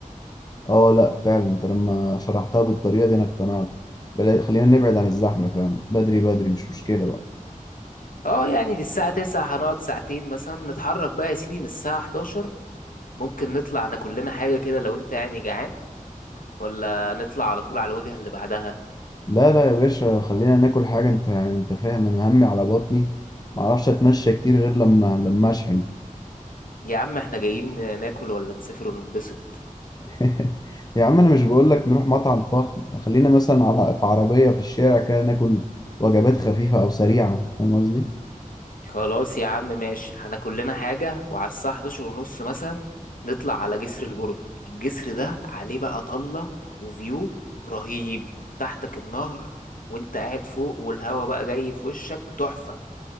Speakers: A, on the left (about 30°); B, on the left (about 75°).
A: اه لا فعلا انت لما شرحتها بالطريقه دي انا اقتنعت بلا خلينا نبعد عن الزحمه فعلا بدري بدري مش مشكله بقى
B: اه يعني دي الساعة 9 هنقعد ساعتين مثلا نتحرك بقى يا سيدي من الساعة 11 ممكن نطلع ناكل لنا حاجة كده لو انت يعني جعان ولا نطلع على طول على الوجهة اللي بعدها
A: لا لا يا باشا خلينا ناكل حاجه انت انت فاهم انا همي على بطني ما اعرفش اتمشى كتير غير لما لما اشحن
B: يا عم احنا جايين ناكل ولا نسافر وننبسط
A: <laughs> يا عم انا مش بقول لك نروح مطعم فخم خلينا مثلا على في عربية في الشارع كده ناكل وجبات خفيفة او سريعة فاهم قصدي
B: خلاص يا عم ماشي هناكل لنا حاجة وعلى الساعة 11 ونص مثلا نطلع على جسر البرج الجسر ده عليه بقى طلة وفيو رهيب تحتك النهر وانت قاعد فوق والهوا بقى جاي في وشك تحفة